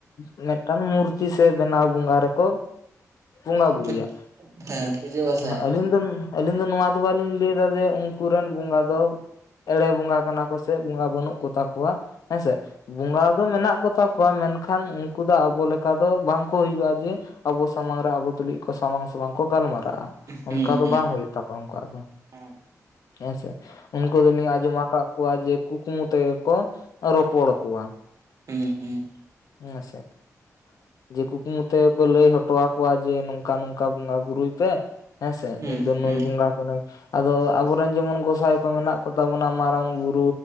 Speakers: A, on the left (about 80°); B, on the right (about 60°).
A: ᱢᱤᱫᱴᱟᱝ ᱢᱩᱨᱛᱤ ᱥᱮ ᱵᱮᱱᱟᱣ ᱵᱚᱸᱜᱟ ᱨᱮᱠᱚᱼᱼ ᱵᱚᱸᱜᱟ
B: ᱦᱮᱸ
A: ᱵᱩᱨᱩᱭᱟ᱾
B: ᱯᱩᱡᱟᱹ ᱵᱟᱥᱟᱭᱟ
A: ᱟᱹᱞᱤᱧ
B: ᱠᱚ
A: ᱨᱮᱱᱼᱼ ᱟᱞᱤᱧ ᱫᱚ ᱱᱚᱣᱟ ᱫᱚ ᱵᱟᱞᱤᱧ ᱞᱟᱹᱭ ᱮᱫᱟ ᱡᱮ ᱩᱱᱠᱩ ᱨᱮᱱ ᱵᱚᱸᱜᱟᱼᱼ ᱫᱚ ᱮᱲᱮ ᱵᱚᱸᱜᱟ ᱠᱟᱱᱟ ᱠᱚ ᱥᱮ ᱵᱚᱸᱜᱟ ᱵᱟᱹᱱᱩᱜ ᱠᱚᱛᱟ ᱠᱚᱣᱟ᱾ ᱦᱮᱸᱥᱮ ᱵᱚᱸᱜᱟ ᱫᱚ ᱢᱮᱱᱟᱜ ᱠᱚᱛᱟ ᱣᱟ ᱢᱮᱱᱠᱷᱟᱱ ᱩᱱᱠᱩ ᱫᱚ ᱟᱵᱚ ᱞᱮᱠᱟ ᱫᱚ ᱵᱟᱝ ᱠᱚ ᱦᱤᱡᱩᱜᱼᱟ ᱡᱮᱼᱼ ᱟᱵᱚ ᱥᱟᱢᱟᱝ ᱨᱮ ᱟᱵᱩ ᱛᱩᱞᱩᱡ ᱠᱚ ᱥᱟᱢᱟᱝ ᱥᱟᱢᱟᱝ ᱠᱚ ᱜᱟᱞᱢᱟᱨᱟᱜᱼᱟ᱾
B: ᱦᱩᱸ
A: ᱚᱱᱠᱟ
B: ᱦᱩᱸ
A: ᱫᱚ ᱵᱟᱝ ᱦᱩᱭᱩᱜ ᱛᱟᱠᱚᱣᱟ ᱩᱱᱠᱩᱣᱟᱜ ᱫᱚ
B: ᱦᱩᱸ
A: ᱦᱮᱸ ᱥᱮ᱾ ᱩᱱᱠᱩ ᱫᱚᱞᱤᱧ ᱟᱸᱡᱚᱢ ᱟᱠᱟᱫ ᱠᱚᱣᱟ ᱡᱮ ᱠᱩᱠᱢᱩ ᱛᱮᱜᱮ ᱠᱚ ᱨᱚᱯᱚᱲ ᱠᱚᱣᱟ᱾
B: ᱦᱩᱸ ᱦᱩᱸ
A: ᱦᱮᱸᱥᱮ ᱡᱮ ᱠᱩᱠᱢᱩ ᱛᱮ ᱠᱚ ᱞᱟᱹᱭ ᱦᱚᱴᱚᱣᱟ ᱠᱚᱣᱟ ᱡᱮ ᱱᱚᱝᱠᱟ ᱱᱚᱝᱠᱟ ᱵᱚᱸᱜᱟ ᱵᱩᱨᱩᱭ ᱯᱮ᱾ ᱦᱮᱸ ᱥᱮ
B: ᱦᱩᱸ
A: ᱤᱧ
B: ᱦᱩᱸ
A: ᱫᱚ
B: ᱦᱩᱸ
A: ᱱᱩᱭ ᱵᱚᱸᱜᱟ ᱠᱟᱹᱱᱟᱹᱧ ᱟᱫᱚ ᱟᱵᱚᱨᱮᱱ ᱡᱮᱢᱚᱱ ᱜᱚᱸ ᱡᱟᱦᱟᱭ ᱠᱚ ᱢᱮᱱᱟᱜ ᱠᱚᱛᱟ ᱵᱚᱱᱟ ᱢᱟᱨᱟᱝ ᱵᱩᱨᱩ,